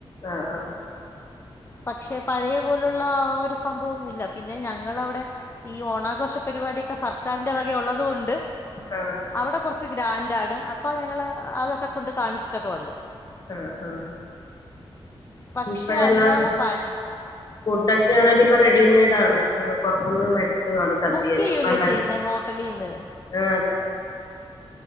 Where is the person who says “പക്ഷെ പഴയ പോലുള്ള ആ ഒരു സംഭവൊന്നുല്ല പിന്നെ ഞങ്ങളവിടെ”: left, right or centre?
Left